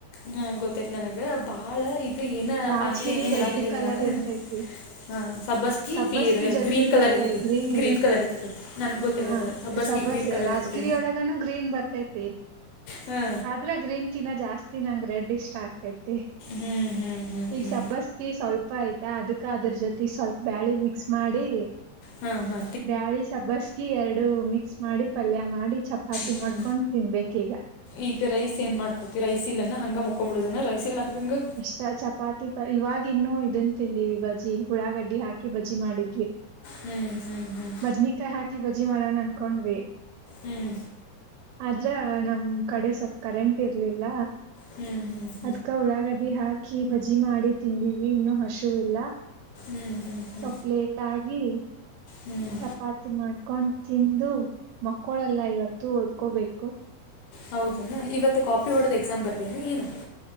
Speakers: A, on the left; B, on the right.
A: ಹಾ ಗೊತ್ತಾಯ್ತ ನನಗ ಬಾಳ ಇದು ಏನ
B: ರಾಜಗಿರಿ
A: ಆಗ್ಲಿ ಏನನ್
B: ರೆಡ್
A: ಹೇಳಾಕ್ತಿದ್ದ
B: ಕಲರ್
A: ನಂದ್ರ
B: ಇರ್ತೈತಿ
A: ಹಾ ಸಬ್ಬಸ್ಕಿ
B: ಸಬ್ಬಸ್ಗಿ
A: ಪೀರ್
B: ಜೊತೆಗೆ
A: ಗ್ರೀನ್ ಕಲರ್ ಇರ್ತತಿ ಗ್ರೀನ್
B: ಇರುತ್ತ
A: ಕಲರ್ ಇರ್ತತಿ ನನಗೆ ಗೊತ್ತೇಾಗಾದದು
B: ಹ
A: ಹಬ್ಬಸ್ಗಿ
B: ಸಬ್ಬಸ್
A: ಗ್ರೀನ್ ಕಲರ್
B: ರಾಜಗಿರಿ
A: ಇರ್ತತಿ
B: ಗ್ರೀನ್ ಬರ್ತೈತಿ
A: ಹ್ಞೂ
B: ಆದ್ರೆ ಗ್ರೀನ್ ಕಿನ ಜಾಸ್ತಿ ನಂಗ ರೆಡ್ ಇಷ್ಟ ಆತೈತಿ
A: ಹ್ಞೂ ಹ್ಞೂ ಹ್ಞೂ
B: ಈಗ
A: ಹ್ಞೂ
B: ಸಬ್ಬಸ್ಕಿ ಸ್ವಲ್ಪ ತಪ್ಪ ಐತೆ ಅದಕ್ಕ ಅದ್ರ ಜೊತೆಗೆ ಸ್ವಲ್ಪ ಬ್ಯಾಳೆ ಮಿಕ್ಸ್ ಮಾಡಿ
A: ಹಾ ಹಾ.
B: ಬ್ಯಾಳಿ ಸಬ್ಬಸ್ಗಿ ಎರಡು ಮಿಕ್ಸ್ ಮಾಡಿ ಪಲ್ಯ ಮಾಡಿ ಚಪಾತಿ
A: ಹ್ಞೂ
B: ಮಾಡ್ಕೊಂಡು ತಿನ್ಬೇಕ ಈಗ.
A: ಈಗ ರೈಸ್ ಏನ್ ಮಾಡ್ಕೋತಿ ರೈಸ್ ಇಲ್ಲಾ ಹಂಗ ಮಕೊ ಬಿಡುದ ರೈಸ್ ಇಲ್ದಂಗ.
B: ಚ ಚಪಾತಿ ಪ ಇವವಾಗಿ ಇನ್ನುೂ ಇದನ್ನ ತಿಂದಿವವಿ ಬಜ್ಜಿ ಹುಳಾಗಡ್ಡಿ ಹಾಕಿ ಬಜಿ ಮಾಡಿದ್ವಿ. ಹ
A: ಹ್ಮ್ ಹ್ಮ್ ಹ್ಮ್
B: ಬದ್ನಿಕಾಯಿ ಹಾಕಿ ಬಜ್ಜಿ ಮಾಡೋಣ ಅನ್ಕೊಂಡ್ವಿ.
A: ಹ್ಮ್
B: ಆದ್ರ ನಮ ಕಡೆ ಸ್ವಲ್ಪ ಕರೆಂಟ್ ಇರ್ಲಿಲ್ಲ.
A: ಹ್ಮ್ ಹ್ಮ್
B: ಅದ್ಕ ಉಳ್ಳಾಗಡ್ಡಿ ಹಾಕಿ ಬಜ್ಜಿ ಮಾಡಿ ತಿಂದಿವಿ ಇನ್ನೂ ಹಸಿವ್ ಇಲ್ಲ.
A: ಹ್ಞೂ ಹ್ಞೂ
B: ಸ್ವಲ್ಪ್ ಲೇಟ್ ಆಗಿ.
A: ಹ್ಞೂ ಹ್ಞೂ ಹ್ಞೂ
B: ಚಪಾತಿ ಮಾಡ್ಕೊಂಡ್ ತಿಂದು ಮಕ್ಕೋಳಲ್ಲ ಇವತ್ತು ಓದ್ಕೋಬೇಕು.
A: ಹೌದನಾ ಇವತ್ತು ಕಾಪಿ ಹೊಡದ ಎಕ್ಸಾಮ್ ಬರ್ದನ ಏನು.